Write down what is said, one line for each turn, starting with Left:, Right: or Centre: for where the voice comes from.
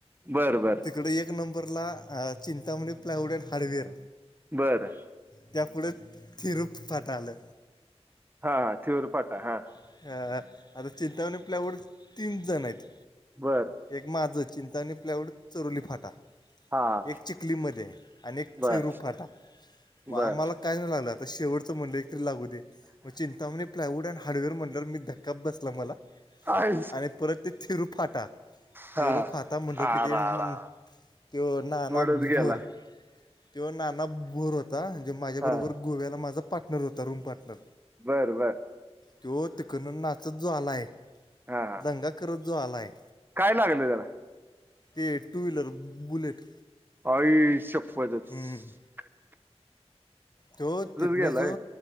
Right: बर बर
Left: तिकड एक नंबरला चिंतामणी प्लायवूडेड हार्डवेअर
Right: बरं
Left: त्यापुढे थिरूप फाटा आलं
Right: हा थेऊर फाटा हा
Left: अं, आता चिंतावणी प्लाऊड तीन जण आहेत
Right: बरं
Left: एक माझं चिंता आणि प्लाऊड चरुली फाटा
Right: हा
Left: एक चिखलीमध्ये, आणि एक
Right: बर
Left: थेरूफाटा.
Right: बर
Left: आम्हाला काय नाही झाल आता शेवटचं म्हटलं एक तरी लागू दे मग चिंतामणे प्लायवूड अँड हार्डवेअर म्हटल्यावर, मी धक्का बसला मला.
Right: आय
Left: आणि परत ते थिरू फाटा,
Right: हा
Left: तिरु फाता म्हणलं
Right: आ
Left: की ते
Right: रा
Left: ना
Right: रा
Left: तो नाना
Right: मोडच गेला
Left: भोर, तो ना नाना भोर होता, जे माझ्या
Right: हा
Left: बरोबर गोव्याला माझा पार्टनर होता, रूम पार्टनर,
Right: बर बर
Left: तो तिकडन नाचत जो आलाय
Right: हा हा
Left: दंगा करत, जो आलाय
Right: काय लागल त्याला.
Left: ते टू व्हीलर बुलेट.
Right: आई शप्पत
Left: हम्म.
Right: च.
Left: तो तिथनं
Right: गेलाय
Left: जो